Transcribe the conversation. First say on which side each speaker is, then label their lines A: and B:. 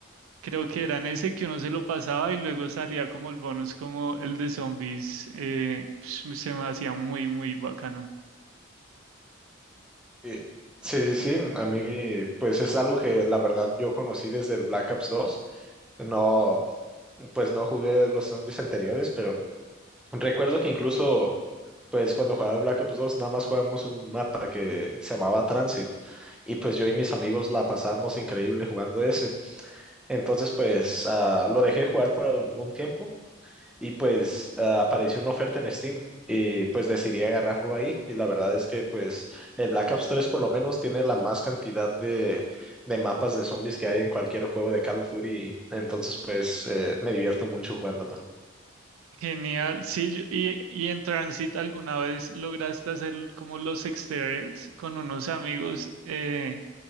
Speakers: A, on the right; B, in the centre.
A: Creo que eran ese que uno se lo pasaba y luego salía como el bonus, como el de zombies. eh, se me hacía muy, muy bacano.
B: Sí, sí, sí, sí, a mí pues es algo que la verdad yo conocí desde el Black Ops dos. No, pues no jugué los zombies anteriores, pero recuerdo que incluso pues cuando jugaba el Black Ops dos, nada más jugábamos un mapa que se llamaba Transit y pues yo y mis amigos la pasábamos increíble jugando ese. Entonces pues ah, lo dejé jugar por algún tiempo y pues ah, apareció una oferta en Steam y pues decidí agarrarlo ahí y la verdad es que pues el Black Ops 3 por lo menos tiene la más cantidad de, de mapas de zombies que hay en cualquier juego de Call of Duty entonces pues eh, me divierto mucho jugándolo.
A: Genial, sí, yo- y, y en Transit alguna vez lograste hacer como los easter eggs con unos amigos. Eh,